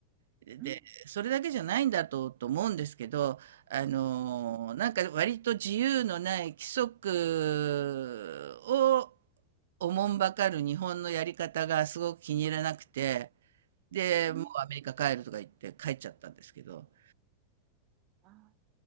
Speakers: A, on the right; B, on the right.
A: で、
B: うん。
A: それだけじゃないんだと、と思うんですけど、あの、
B: うん。
A: なんか割と自由のない規則をおもんばかる日本のやり方がすごく気に入らなくて、で、
B: うん
A: もうアメリカ帰るとか言って帰っちゃったんですけど、
B: ああ、な